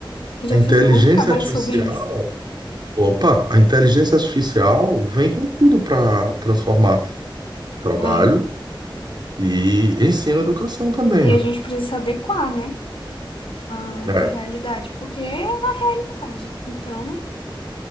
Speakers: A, on the left; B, on the right.
A: Já
B: a inteligência
A: fiz muito trabalho
B: artificial,
A: sobre isso.
B: opa, a inteligência artificial vem com tudo para transformar trabalho
A: É,
B: e ensino e educação também,
A: E
B: né?
A: a gente precisa se adequar, né? Ah, essa
B: É,
A: é a realidade. Porque é a realidade. Então,